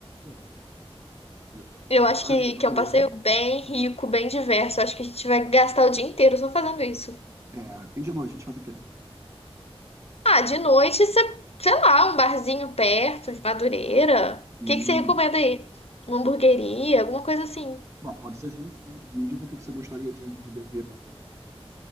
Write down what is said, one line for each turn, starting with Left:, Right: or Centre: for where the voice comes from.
Right: é essa aí. De
Left: eu acho
Right: tarde,
Left: que,
Right: amadureira.
Left: que é um passeio bem rico, bem diverso. Eu acho que a gente vai gastar o dia inteiro só fazendo isso.
Right: É, e de noite, a gente faz o quê?
Left: Ah, de noite, cê- sei lá, um barzinho perto, de Madureira.
Right: Hum.
Left: O que que você recomenda aí? Uma hamburgueria, alguma coisa assim.
Right: Bom, pode ser as duas coisas. Me diz o que que você gostaria de, de beber, por exemplo.